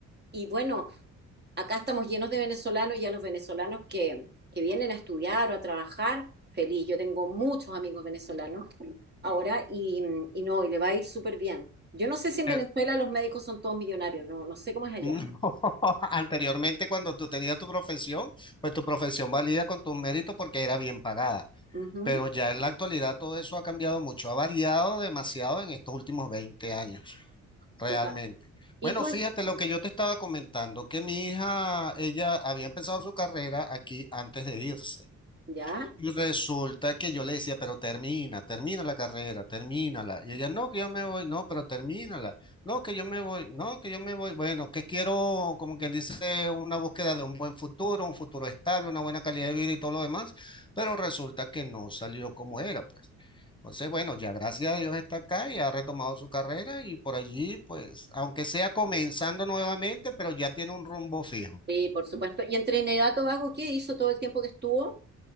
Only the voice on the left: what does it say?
eh,
mm, <laughs> anteriormente cuando tú tenías tu profesión, pues tu profesión valía con tus méritos porque era bien pagada,
pero ya en la actualidad todo eso ha cambiado mucho, ha variado demasiado en estos últimos veinte años. realmente.
Bueno,
fíjate
lo que yo te estaba comentando, que mi hija, ella había empezado su carrera aquí antes de irse.
Y resulta que yo le decía, pero termina, termina la carrera, termínala. Y ella, no, que yo me voy, no, pero termínala. No, que yo me voy, no, que yo me voy. Bueno, que quiero, como quien dice, una búsqueda de un buen futuro, un futuro estable, una buena calidad de vida y todo lo demás. Pero resulta que no salió como era, pues. Entonces, bueno, ya gracias a Dios está acá y ha retomado su carrera y por allí, pues, aunque sea comenzando nuevamente, pero ya tiene un rumbo fijo.